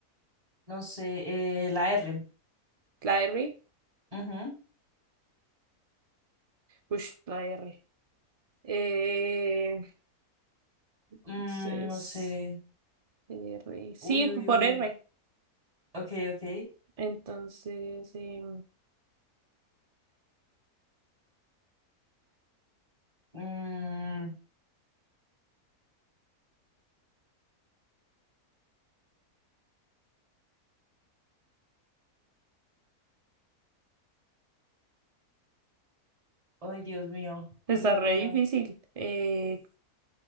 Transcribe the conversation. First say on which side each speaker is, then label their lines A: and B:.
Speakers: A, on the right (about 25°); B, on the right (about 45°).
A: no sé. eh, la R.
B: ¿La R?
A: Ujú.
B: Ush, la R. Eh, entonces,
A: Mm, no sé.
B: R. Sí,
A: Uy, uy,
B: fue por
A: uy.
B: R.
A: Ok, ok.
B: Entonces, eh,
A: Mm, Ay, Dios mío,
B: está
A: Dios
B: re
A: mío.
B: difícil. Eh,